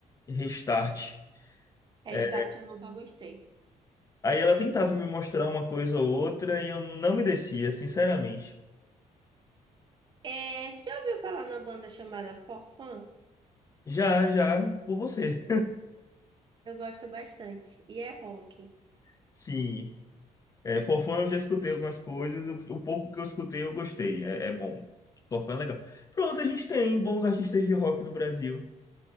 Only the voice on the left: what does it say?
Restart.
É,
Aí ela tentava me mostrar uma coisa ou outra e eu não me descia, sinceramente.
Já, já, por você.
<laughs> Sim, é, Forfã eu já escutei algumas coisas, o, o pouco que eu escutei eu gostei, é, é bom. Forfã é legal. Pronto, a gente tem bons artistas de rock no Brasil.